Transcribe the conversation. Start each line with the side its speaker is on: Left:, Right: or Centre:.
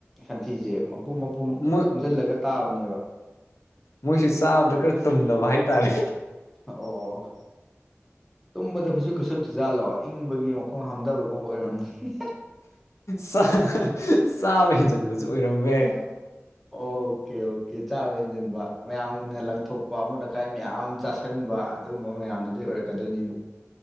Centre: ꯍꯟꯊꯤꯖꯦ ꯃꯄꯨꯝ ꯃꯄꯨꯝ
Left: ꯃꯣꯏ
Centre: ꯄꯨꯟꯖꯟꯂꯒ ꯇꯥꯕꯅꯦꯕ
Left: ꯃꯣꯏꯁꯦ ꯆꯥꯕꯗ ꯈꯔ ꯇꯨꯝꯗꯕ ꯍꯥꯏꯇꯥꯔꯦ꯫
Centre: ꯑꯣ ꯑꯣ꯫ ꯇꯨꯝꯕꯗ ꯐꯩꯖꯨꯞꯀ ꯁꯨꯞꯇ ꯖꯥꯠꯂꯣ ꯏꯪꯕꯒꯤ ꯃꯈꯣꯡ ꯍꯥꯝꯗꯕꯒꯨꯝꯕ ꯑꯣꯏꯔꯝꯅꯤ꯫
Left: ꯆꯥ ꯆꯥꯕ ꯍꯦꯟꯖꯟꯕꯁꯨ ꯑꯣꯏꯔꯝꯕ ꯌꯥꯏ꯫
Centre: ꯑꯣꯀꯦ ꯑꯣꯀꯦ ꯆꯥꯕ ꯍꯦꯟꯖꯟꯕ ꯃꯌꯥꯝꯅ ꯂꯪꯊꯣꯛꯄ ꯑꯃꯣꯠ ꯑꯀꯥꯏ ꯃꯌꯥꯝ ꯆꯥꯁꯟꯕ ꯑꯗꯨꯒꯨꯝꯕ ꯃꯌꯥꯝꯗꯨꯗꯩ ꯑꯣꯏꯔꯛꯀꯗꯣꯏꯅꯤꯅꯦ꯫